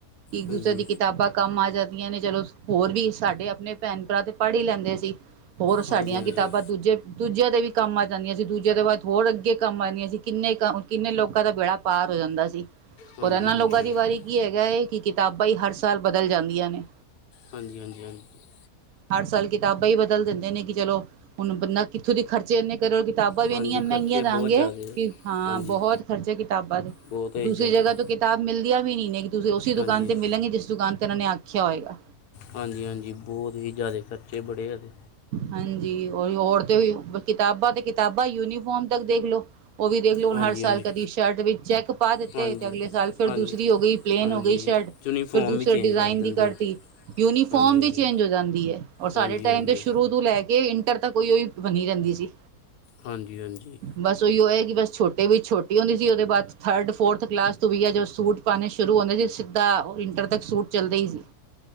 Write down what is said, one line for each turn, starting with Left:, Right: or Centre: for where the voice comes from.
Right: ਇੱਕ
Left: ਹਾਂਜੀ
Right: ਦੂਸਰੇ ਦੀ ਕਿਤਾਬਾਂ ਕੰਮ ਆ ਜਾਂ ਆਂ ਨੇ ਚਲੋ ਹੋਰ ਵੀ ਸਾਡੇ ਆਪਣੇ ਭੈਣ ਭਰਾ ਤੇ ਪੜ੍ਹ ਹੀ ਲੈਂਦੇ ਸੀ। ਹੋਰ ਸਾਡੀਆਂ
Left: ਹਾਂਜੀ ਹਾਂਜੀ
Right: ਕਿਤਾਬਾਂ ਦੂਜੇ ਦੂਜਿਆਂ ਤੇ ਵੀ ਕੰਮ ਆ ਜਾਂਦੀਆਂ ਸੀ ਦੂਜਿਆਂ ਦੇ ਬਾਅਦ ਹੋਰ ਅੱਗੇ ਕੰਮ ਆ ਜਾਂਦੀਆਂ ਸੀ ਕਿੰਨੇ ਕ ਕਿੰਨੇ ਲੋਕਾਂ ਦਾ ਬੇੜਾ ਪਾਰ ਹੋਇਆ। ਹੋ ਜਾਂਦਾ ਸੀ।
Left: ਹਾਂਜੀ
Right: ਪਰ ਇਹਨਾਂ
Left: ਹਾਂਜੀ ਹਾਂਜੀ
Right: ਲੋਕਾਂ ਦੀ ਵਾਰੀ ਕੀ ਹੈਗਾ ਹੈ ਕਿ ਕਿਤਾਬਾਂ ਹੀ ਹਰ ਸਾਲ ਬਦਲ ਜਾਂਦੀਆਂ ਨੇ।
Left: ਹਾਂਜੀ-ਹਾਂਜੀ, ਹਾਂਜੀ
Right: ਹਰ ਸਾਲ ਕਿਤਾਬਾਂ ਹੀ ਬਦਲ ਦਿੰਦੇ ਨੇ ਕਿ ਚਲੋ। ਹੁਣ ਬੰਦਾ ਕਿੱਥੋਂ ਦੇ ਖਰਚੇ ਇੰਨੇ ਕਰੋ ਕਿਤਾਬਾਂ ਵੀ
Left: ਹਾਂਜੀ
Right: ਇੰਨੀਆਂ ਮਹਿੰਗੀਆਂ
Left: ਖਰਚੇ
Right: ਦਾਂਗੇ
Left: ਬਹੁਤ ਜ਼ਿਆਦੇ ਆ।
Right: ਕਿ ਹਾਂ
Left: ਹਾਂਜੀ
Right: ਬਹੁਤ ਕਿਤਾਬਾਂ ਤੇ
Left: ਬਹੁਤ ਹੀ
Right: ਦੂਸਰੀ
Left: ਜ਼ਿਆਦੇ
Right: ਜਗ੍ਹਾ ਤੋਂ ਕਿਤਾਬ ਮਿਲਦੀਆਂ। ਵੀ ਨੀ ਨੇ ਕਿ ਤੁਸੀਂ ਉਸੇ ਦੁਕਾਨ
Left: ਹਾਂਜੀ
Right: ਤੇ ਮਿਲਾਂਗੇ ਜਿਸ ਦੁਕਾਨ ਤੇ ਇਹਨਾਂ ਨੇ ਆਖਿਆ ਹੋਏਗਾ।
Left: ਹਾਂਜੀ-ਹਾਂਜੀ, ਬਹੁਤ ਹੀ ਜ਼ਿਆਦਾ ਖਰਚੇ ਬੜੇ ਹੈਗੇ।
Right: ਹਾਂਜੀ, ਹੋਰ ਤੇ ਕਿਤਾਬਾਂ ਤੇ ਕਿਤਾਬਾਂ ਯੂਨੀਫੋਮ ਤੱਕ ਦੇਖਲੋ। ਉਹ ਵੀ ਦੇਖ ਲਓ ਹੁਣ
Left: ਹਾਂਜੀ
Right: ਹਰ ਸਾਲ
Left: ਹਾਂਜੀ
Right: ਕਦੀ ਸ਼ਰਟ ਦੇ ਵਿੱਚ ਚੈੱਕ ਪਾ ਦਿੱਤੇ
Left: ਹਾਂਜੀ
Right: ਤੇ ਅਗਲੇ ਸਾਲ ਫਿਰ
Left: ਹਾਂਜੀ
Right: ਦੂਸਰੀ ਹੋ ਗਈ ਪਲੇਨ
Left: ਹਾਂਜੀ
Right: ਹੋ ਗਈ ਸ਼ਰਟ
Left: ਯੂਨੀਫਾਰਮ
Right: ਫਿਰ ਦੂਸਰੇ
Left: ਵੀ ਚੇਂਜ
Right: ਡਿਜ਼ਾਇਨ
Left: ਕਰ ਦਿੰਦੇ
Right: ਦੀ ਕਰਤੀ ਯੂਨੀਫੋਰਮ
Left: ਹਾਂਜੀ ਹਾਂਜੀ
Right: ਵੀ ਚੇਂਜ ਹੋ ਜਾਂਦੀ ਐ ਔਰ ਸਾਡੇ
Left: ਹਾਂਜੀ
Right: ਟਾਈਮ
Left: ਹਾਂਜੀ
Right: ਤੇ ਸ਼ੁਰੂ ਲੈ ਕੇ ਇੰਟਰ ਤਾਂ ਕੋਈ ਉਹੀ ਬਣੀ ਰਹਿੰਦੀ ਸੀ।
Left: ਹਾਂਜੀ-ਹਾਂਜੀ,
Right: ਬਸ ਉਹੀ ਉਹ ਹੈ ਬਸ ਛੋਟੇ ਵੀ ਛੋਟੀ ਹੁੰਦੀ ਸੀ ਉਹਦੇ ਬਾਅਦ ਥਰਡ ਫੋਰਥ ਕਲਾਸ ਤੋਂ ਵੀ ਆ ਜੋ ਸੂਟ ਪਾਉਣੇ ਸ਼ੁਰੂ ਹੁੰਦੇ ਸੀ ਸਿੱਧਾ ਇੰਟਰ ਤੱਕ ਸੂਟ ਚੱਲਦੇ ਹੀ ਸੀ।